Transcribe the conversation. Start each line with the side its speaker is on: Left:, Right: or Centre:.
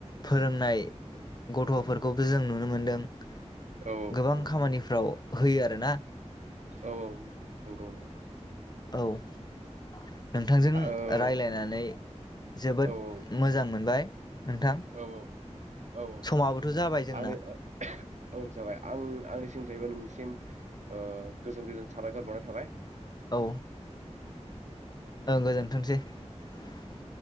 Left: फोरोंनाय गथ'फोरखौबो जों नुनो मोनदों ।
Right: औ औ
Left: गोबां
Right: नंगौ
Left: खामानिफ्राव होयो आर ना?
Right: औ औ नंगौ नंगौ ।
Left: औ । नोंथांजों
Right: ओ औ
Left: रायलायनानै जोबोद
Right: औ औ
Left: मोजां मोनबाय । नोंथां
Right: औ औ
Left: समाबोथ' जाबाय जोंना
Right: आंनि औ जाबाय आं आंनि सिंनिफ्रायबो नोंनिसिम गोजोन गोजोन साबायखर बावनाय थाबाय ।
Left: औ ओं गोजोनथोंसै ।